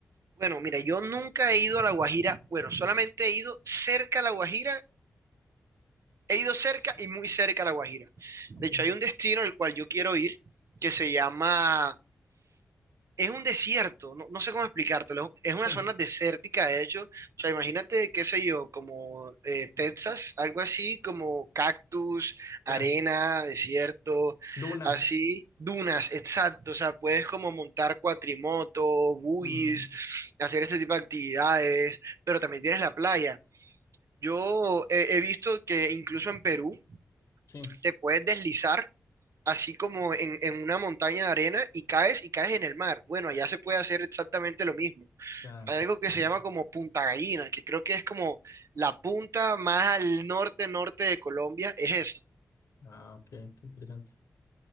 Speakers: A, on the right; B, on the left.
A: Bueno, mira, yo nunca he ido a La Guajira. Bueno, solamente he ido cerca a La Guajira. He ido cerca y muy cerca a La Guajira. De
B: Ok.
A: hecho, hay un destino al cual yo quiero ir que se llama es un desierto, no, no sé cómo explicártelo, es una
B: Sí,
A: zona desértica, de hecho, o sea, imagínate, qué sé yo, como eh, Texas, algo así, como cactus, arena,
B: ya.
A: desierto,
B: Dunas.
A: así, dunas, exacto, o sea, puedes como montar cuatrimoto, buggies,
B: Mm,
A: hacer este tipo de actividades, pero también tienes la playa. Yo eh, he visto que incluso en Perú
B: sí,
A: te puedes deslizar así como en, en una montaña de arena y caes y caes en el mar. Bueno, allá se puede hacer exactamente lo mismo.
B: ya.
A: Hay algo que se llama como Punta Gallina, que creo que es como la punta más al norte, norte de Colombia, es eso.
B: Ah, ok, qué interesante.